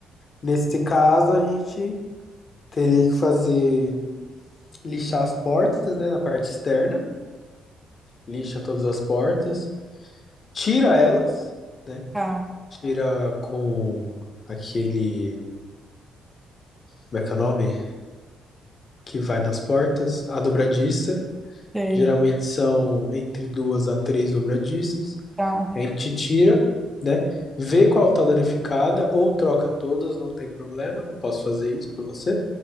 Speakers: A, on the left; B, in the centre.
A: nesse caso a gente teria que fazer lixar as portas, né, na parte externa lixa todas as portas, tira elas, né?
B: Tá,
A: Tira com aquele. Como é que é o nome? Que vai nas portas, a dobradiça.
B: sei,
A: Geralmente são entre duas a três dobradiças.
B: tá.
A: A gente tira, né? Vê qual tá danificada, ou troca todas, não tem problema, eu posso fazer isso pra você.